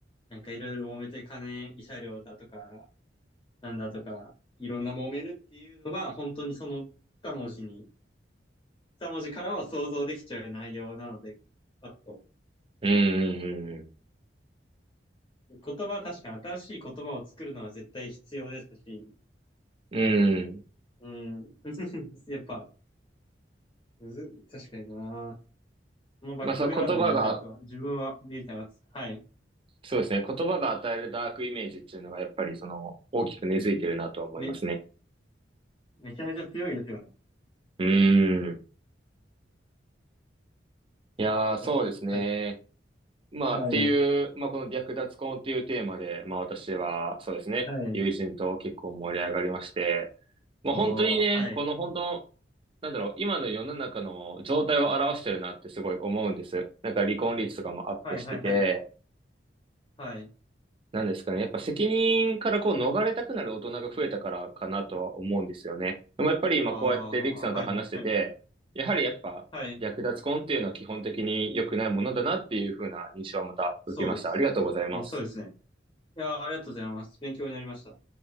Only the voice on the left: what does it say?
なんかいろいろ揉めて、金、慰謝料だとか、なんだとか、いろんな揉めるっていうのが、本当にその二文字に、二文字からは想像できちゃう内容なので、パッと
言葉は確かに新しい言葉を作るのは絶対必要ですし、
うん。<laughs> やっぱ、むず、確かにな。そのバックグラウンドはなんか、
自分は、みゆちゃんが、はい。
め、めちゃめちゃ強いですよね。
難しい。
はい。
はい。
はい。
ああ、はい。
はいはいはい。はい。
ああ、はいはいはい。
はい。そうです。
そうですね。いやー、ありがとうございます。勉強になりました。